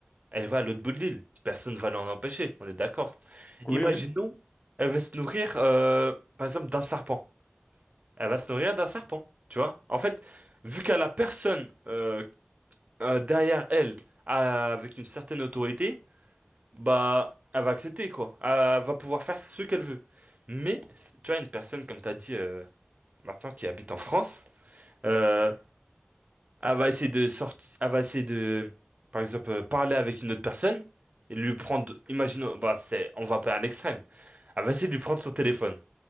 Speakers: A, on the right; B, on the left.
A: Elle va à l'autre bout de l'île, personne ne va l'en empêcher, on est d'accord.
B: oui,
A: Imaginons,
B: oui, ok,
A: elle veut se nourrir, euh, par exemple, d'un serpent. Elle va se nourrir d'un serpent, tu vois. En fait, vu qu'elle a personne euh, euh, derrière elle euh, avec une certaine autorité, bah, elle va accepter quoi. Elle va pouvoir faire ce qu'elle veut. Mais, tu vois, une personne, comme tu as dit euh, maintenant, qui habite en France, euh, elle va essayer de sortir, elle va essayer de, par exemple, euh, parler avec une autre personne et lui prendre, imaginons, bah, c'est, on va pas à l'extrême, elle va essayer de lui prendre son téléphone.